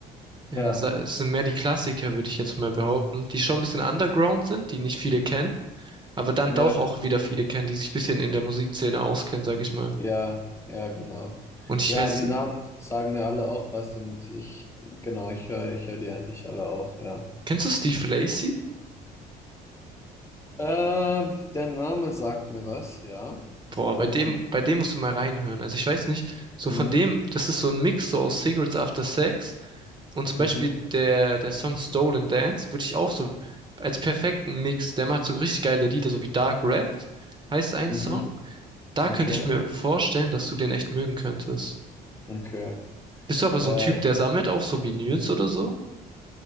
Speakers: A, on the right; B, on the left.
A: Äh,
B: Ja,
A: sa- es sind mehr die Klassiker, würde ich jetzt mal behaupten, die schon ein bisschen underground sind, die nicht viele kennen, aber dann
B: ja,
A: doch auch wieder viele kennen, die sich ein bisschen in der Musikszene auskennen, sage ich mal.
B: ja, ja, genau.
A: Und ich
B: Ja,
A: weiß,
B: die Namen sagen mir alle auch was und ich, genau, ich höre, ich höre die eigentlich alle auch, ja.
A: kennst du Steve Lacy?
B: Ähm, der Name sagt mir was, ja.
A: Boah,
B: Warum?
A: bei dem, bei dem musst du mal reinhören. Also ich weiß nicht, so
B: Mhm,
A: von dem, das ist so ein Mix so aus Cigarettes After Sex Und zum
B: mhm,
A: Beispiel der, der Song Stolen Dance würde ich auch so als perfekten Mix, der macht so richtig geile Lieder, so wie Dark Red heißt ein
B: mhm,
A: Song. Da
B: okay,
A: könnte ich mir vorstellen, dass du den echt mögen könntest.
B: okay.
A: Bist du aber
B: Äh,
A: so ein Typ, der sammelt auch so Vinyls oder so?